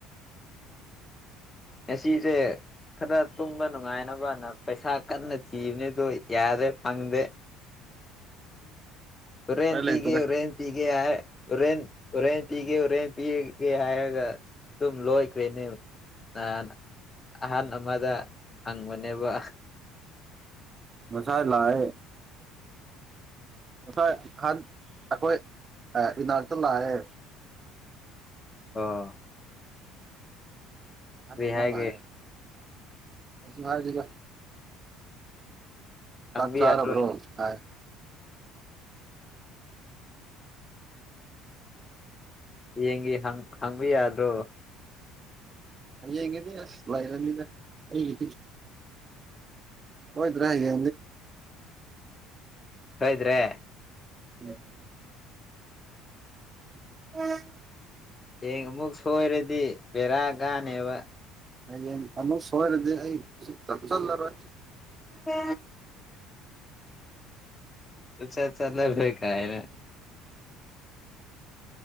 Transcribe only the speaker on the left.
ꯑꯦꯁꯤꯁꯦ ꯈꯔ ꯇꯨꯝꯕ ꯅꯨꯡꯉꯥꯏꯅꯕꯅ ꯄꯩꯁꯥ ꯀꯟꯅ ꯊꯤꯕꯅꯤꯗꯣ ꯌꯥꯔꯦ ꯐꯪꯗꯦ ꯎꯔꯦꯟꯦꯟ
ꯄꯤꯒꯦ
ꯎꯔꯦꯟ ꯄꯤꯒꯦ ꯍꯥꯏ ꯍꯣꯔꯦꯟ ꯍꯣꯔꯦꯟ ꯄꯤꯒꯦ ꯍꯣꯔꯦꯟ ꯄꯤꯒꯦ ꯍꯥꯏꯔꯒ ꯑꯗꯨꯝ ꯂꯣꯏꯈ꯭ꯔꯦꯅꯦꯕ ꯅꯥꯟ ꯑꯍꯥꯟ ꯑꯃꯗ ꯍꯪꯕꯅꯦꯕ
ꯑꯥ
ꯍꯥꯏꯒꯦ
ꯍꯪꯕ
ꯌꯥꯗ꯭ꯔꯣ
ꯌꯦꯡꯒꯤ ꯍꯪ ꯍꯪꯕ ꯌꯥꯗ꯭ꯔꯣ
ꯁꯗ꯭ꯔꯦ
ꯍꯌꯦꯡ ꯑꯃꯨꯛ ꯁꯣꯏꯔꯗꯤ ꯕꯦꯔꯥ ꯀꯅꯦꯕ
ꯍ ꯇꯨ ꯆ ꯆꯂ ꯀꯥꯏꯅ